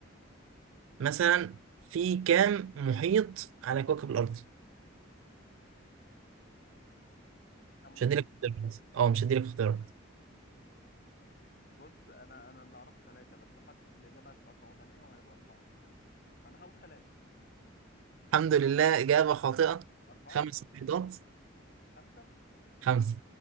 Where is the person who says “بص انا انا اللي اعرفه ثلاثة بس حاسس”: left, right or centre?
Left